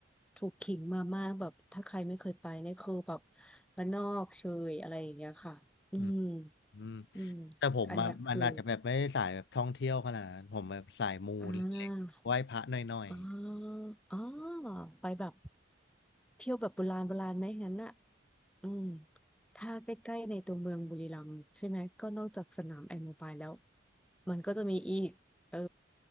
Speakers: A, in the centre; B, on the left.
A: ถูกขิงมามากแบบถ้าใครไม่เคยไปเนี่ยคือแบบบ้านนอกเชยอะไรอย่างเงี้ยค่ะอืม
B: อืมอืม
A: อืม
B: แต่ผมอ่ะมันอาจจะแบบไม่ได้สายแบบท่องเที่ยวขนาดนั้นผมแบบสายมูเล็กๆไหว้พระหน่อย
A: อันเนี้ยคืออ่าอ่าอ่าไปแบบเที่ยวแบบโบราณโบราณไหมงั้นน่ะ อืมถ้าใกล้ๆในตัวเมืองบุรีรัมย์ใช่ไหมก็นอกจากสนามแอรโมบายแล้วมันก็จะมีอีกเออ